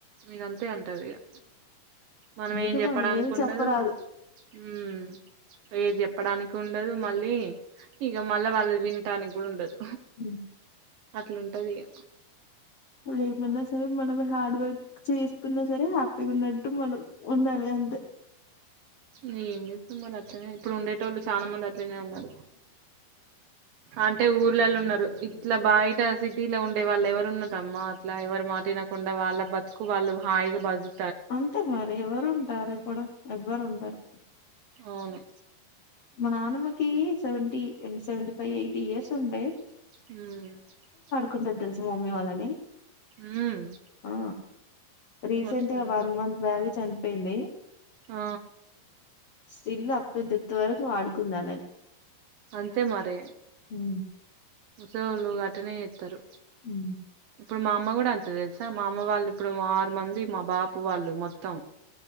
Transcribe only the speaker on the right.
మీరంతే అంటది ఇగా. మనం
ఏం చెప్పడానికినికి
ఉండదు.
హ్ ఏది చెప్పడానికి ఉండదు మళ్ళీ ఇగా, మళ్ళా వాళ్ళది వినటానికి కూడా ఉండదు.
అట్లుంటది ఇగా.
ఇగా ఎం చేత్తం మరి అట్లనే ఇప్పుడు ఉండేటోళ్ళు చాలా మంది అట్లనే ఉన్నరు. అంటే ఊర్లల్ల ఉన్నరు. ఇట్లా బయట సిటీలో ఉండే వాళ్ళు ఎవరు ఉన్నరమ్మా అట్లా ఎవరు మా మాటినకుండా వాళ్ళ బతుకు వాళ్ళు హాయిగా బతు
అవును
హ
హ్మ్
అట్లుంటది
ఆ
అంతే మరి.
ముసళోళ్ళు అట్టనే చేత్తరు.
ఇప్పుడు మా అమ్మ కూడా అంతే తెలుసా. మా అమ్మ వాళ్ళు ఇప్పుడు ఆరు మంది మా బాపు వాళ్ళు. ఇప్పుడు మొత్తం